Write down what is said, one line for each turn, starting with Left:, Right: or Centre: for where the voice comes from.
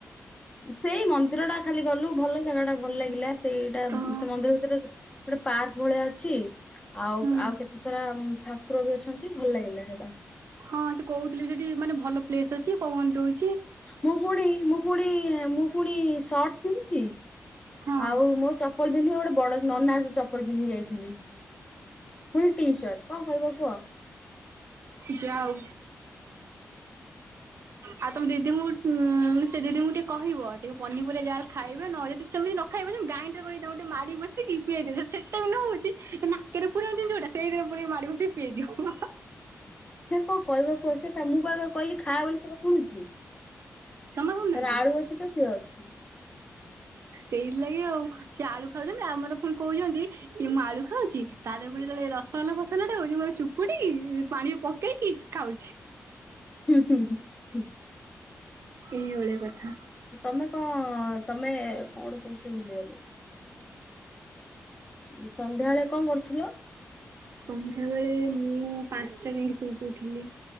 Left: ସେଇ ମନ୍ଦିରଟା। ଖାଲି ଗଲୁ ଭଲ ଜାଗା ଟା ଭଲ ଲାଗିଲା ସେଇଟା
Right: ଓ
Left: ସେ ମନ୍ଦିର ଭିତରେ- ଗୋଟେ ପାର୍କ ଭଳିଆ ଅଛି ଆଉ
Right: ହୁଁ।
Left: ଆଉ କେତେ ସାରା - ଠାକୁର ବି ଅଛନ୍ତି ଭଲ ଲାଗିଲା ସେଟା
Right: ହଁ ସେ କହୁଥିଲେ ସେଠି ମାନେ ଭଲ ପ୍ଲେସ ଅଛି ପବନ ଦେଉଛି।
Left: ମୁଁ ପୁଣି ମୁଁ ପୁଣି ମୁଁ ପୁଣି ସର୍ଟସ ପିନ୍ଧିଛି।
Right: ହଁ।
Left: ଆଉ ମୋ ଚପଲ ପିନ୍ଧିବ ଗୋଟେ ବଡ ନନାର ଚପଲ ପିନ୍ଧିକି ଯାଇଥିଲି। ପୁଣି ଟି ସାର୍ଟ କଣ କହିବ କୁହ?
Right: ଯା ଆଉ। ଆଉ ତୋମ ଦିଦିଙ୍କୁ ଉଁ, ସେ ଦିଦିଙ୍କୁ ଟିକେ କହିବ ଟିକେ ପନିପରିବା ଯାହେଲେ ଖାଇବେ ନଲେ <unintelligible> ସେମିତି ନ ଖାଇବ ଯେ ଗାଇଁଡର କରି ତାଙ୍କୁ ଟିକେ ମାଡି ବସିକି ପିଆଇ ଦେବେ। ସେଟା ବି ନ ହଉଛି ତା ନା କେରେ ପୁରାନ୍ତିନି ଯୋଉଟା ସେଇଥିରେ ପୁରେଇ ମାଡି ବସି ପିଏଇ ଦିିଅ। <inaudible>
Left: ସେ କଣ କହିବା କୁଅ, ସିଏ ଖା- ମୁଁ ପରା ତାକୁ କହିଲି ଖା ବୋଲି ସେ କଣ ଶୁଣୁଛି।
Right: ଜମା ହଉନାହାନ୍ତି
Left: ତାର ଆଳୁ ଅଛି ତ ସିଏ ଅଛି।
Right: ସେଇଥିଲାାଗି ଆଉ, ସିଏ ଆଳୁ ଖାଉଚନ୍ତି। ଆମର ପୁଣି କହୁଚନ୍ତି କି ମୁଁ ଆଳୁ ଖାଉଛି। ତା ଦେହରେ ପୁଣି ଯେତେବେଳେ ରସଗୋଲା ଫସଗଲା ଟା ଖାଉଛି ମୁଁ ତାକୁ ଚୁପୁଡିକି ଇ-ପାଣି ପ କେଇକି ଖାଉଛି।
Left: ହୁଁ, ହୁଁ, ହୁଁ, ହୁଁ।
Right: ଏଇ ଭଳିଆ କଥା।
Left: ଏ ତୋମେ କଁ ତୋମେ କଣ ଗୋଟେ କହୁଥିଲି ଭୁଲି ଗଲି। ଉଁ, ସନ୍ଧ୍ୟାବେଳେ କଣ କରୁଥୁଲ?
Right: ସନ୍ଧ୍ୟାବେେଳେ ମୁଁ ପାନ୍ସଟା ଯାଇକି ଶୋଇକି ଉଠିଲି।